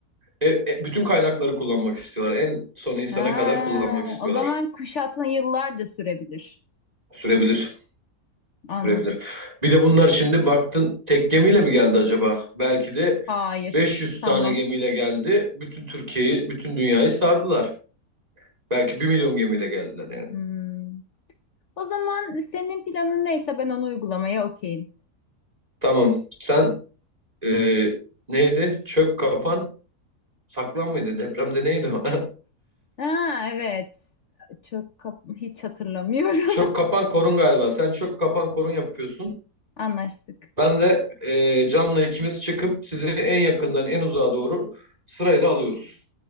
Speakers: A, on the right; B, on the left.
A: E- e, bütün kaynakları kullanmak istiyorlar. En son insana
B: Ha,
A: kadar kullanmak istiyorlar.
B: o zaman kuşatma yıllarca sürebilir.
A: Sürebilir.
B: Anladım.
A: Sürebilir. Bir de bunlar şimdi baktın tek gemiyle mi geldi acaba? Belki de
B: Hayır.
A: 500
B: Tamam.
A: tane gemiyle geldi. Bütün Türkiye'yi, bütün dünyayı sardılar. Belki bir milyon gemiyle geldiler yani.
B: Hmm. O zaman senin planın neyse ben onu uygulamaya okeyim.
A: Tamam. Sen e, neydi? Çök kapan saklan mıydı? Depremde neydi o?
B: Ha evet. Çok kap- hiç hatırlamıyorum.
A: <laughs> Çök kapan korun galiba. Sen çök kapan korun yapıyorsun.
B: <laughs> Anlaştık.
A: Ben de e, Can'la ikimiz çıkıp sizi en yakından en uzağa doğru sırayla alıyoruz.